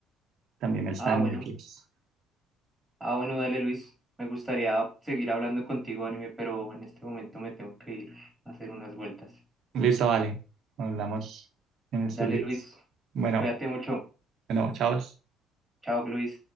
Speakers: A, on the right; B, in the centre.
A: También está
B: Ah,
A: en
B: bueno.
A: Netflix.
B: Ah, bueno, dale, Luis. Me gustaría seguir hablando contigo, anime, pero en este momento me tengo que ir a hacer unas vueltas.
A: Listo, vale. Hablamos en estos
B: Dale,
A: días.
B: Luis.
A: Bueno,
B: Cuídate mucho.
A: bueno, chao.
B: Chao, Luis.